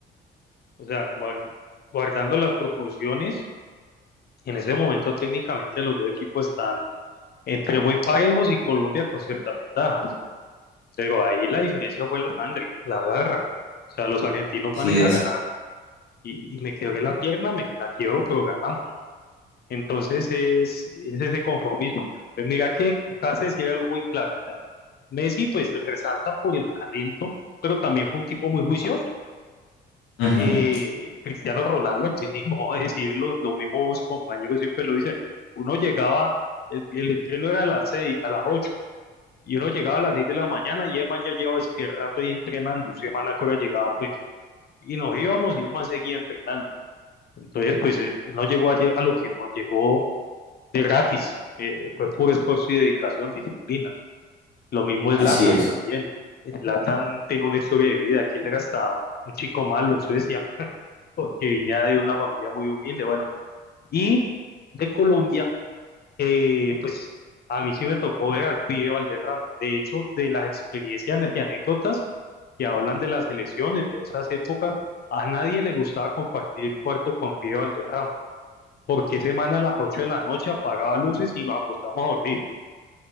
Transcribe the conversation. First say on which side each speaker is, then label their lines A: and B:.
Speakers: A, on the left (about 50°); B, on the left (about 80°).
A: O sea, guar- guardando las proporciones. En ese momento técnicamente los dos equipos están entre muy parejos y Colombia con ciertas ventajas, pero ahí la diferencia fue la sangre, la garra. O sea, los argentinos van
B: Así
A: es
B: es.
A: a ganar y, y me quebré la pierna, me la quiebro, pero ganamos. Entonces es, es ese conformismo. Pues mira que acá se decía algo muy claro. o sea, Messi pues resalta por el talento, pero también fue un tipo muy juicioso.
B: Ujú,
A: eh, Cristiano Ronaldo, que ni modo de decirlo, los mismos compañeros siempre lo dicen, uno llegaba, el, el entreno era a las seis, a las ocho, y uno llegaba a las seis de la mañana y Eman ya llevaba es que rato ahí entrenando, y semana que hora llegaba pues, y nos íbamos y Eman seguía entrenando, entonces pues eh, él no llegó a, lle- a lo que no llegó de gratis, eh, fue puro esfuerzo y dedicación, disciplina, lo mismo es
B: Así
A: Latan
B: es.
A: también, Latan tiene una historia de vida, que él era hasta un chico malo en Suecia, porque vine de una familia muy humilde, bueno, y de Colombia, eh, pues a mí sí me tocó ver al pibe Valderrama. De hecho, de las experiencias y anécdotas que hablan de las elecciones de esas épocas, a nadie le gustaba compartir cuarto con pibe Valderrama, porque semana a las 8 de la noche apagaba luces y nos acostamos a dormir.